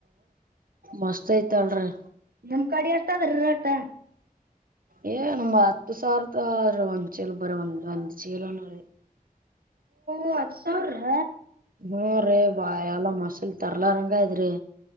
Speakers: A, on the right; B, on the right.
A: ಮಸ್ತ್ ಐತಲ್ರಿಿ
B: ನಮ್ ಕಡಿ ಅತದ ಅತ
A: ಏ ನಮ ಹತ್ತು ಸಾವಿರದೀ ಒಂದ್ ಚೀಲ ಬರ ಒಂದ್ ಒಂದ್ ಚೀಲನೀ
B: ಅ ಅಸುರ್ ಹ
A: ಹ್ಮ ರರಿ ಬಾ ಎಲ್ಲ ಮಸಲ್ ತರ್ಲಾರಂಗ ದ್ರರಿ